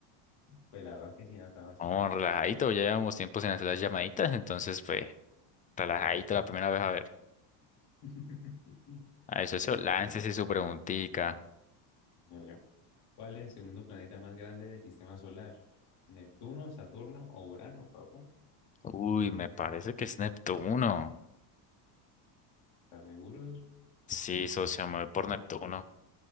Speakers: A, on the left; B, on the left.
A: Pues la verdad es que sí, nada tan facilitado.
B: Vamos relajadito. Ya llevamos tiempo sin hacer las llamaditas, entonces, pues, relajadito la primera vez. A ver.
A: <laughs>
B: A ver,
A: Pues
B: socio,
A: sí,
B: láncese
A: socio.
B: su preguntica.
A: Yo, yo. ¿Cuál es el segundo planeta más grande del sistema solar? ¿Neptuno, Saturno o Urano, papu?
B: Uy, me parece que es Neptuno.
A: ¿Estás seguro? socio?
B: Sí, socio, me voy por Neptuno.